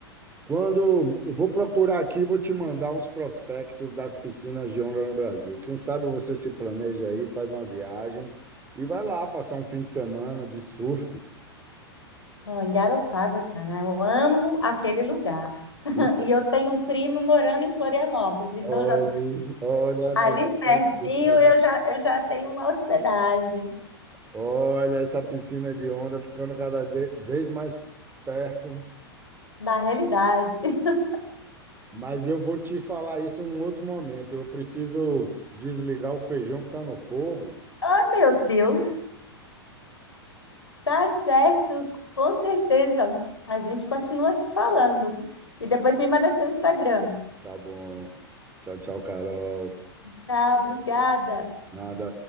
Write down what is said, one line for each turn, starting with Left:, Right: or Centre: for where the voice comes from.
Right: Quando eu vou procurar aqui, vou te mandar uns prospectos das piscinas de onda no Brasil. Quem sabe você se planeja aí, faz uma viagem e vai lá passar um fim de semana de surf.
Left: Não, em Garopaba, cara, eu amo aquele lugar. <laughs>
Right: E
Left: E eu tenho um primo morando em Florianópolis, então
Right: olhe,
Left: já
Right: olha,
Left: ali
Right: como
Left: pertinho
Right: tá se puxando.
Left: eu já, eu já tenho uma hospedagem
Right: olha essa piscina de onda ficando cada de- vez mais perto.
Left: na realidade. <laughs>
Right: Mas eu vou te falar isso em um outro momento. Eu preciso desligar o feijão que está no fogo.
Left: Ah, meu Deus, tá certo, com certeza. A gente continua se falando. E depois me manda seu Instagram.
Right: Tá bom. Tchau, tchau, Carol.
Left: Tá, obrigada.
Right: Nada.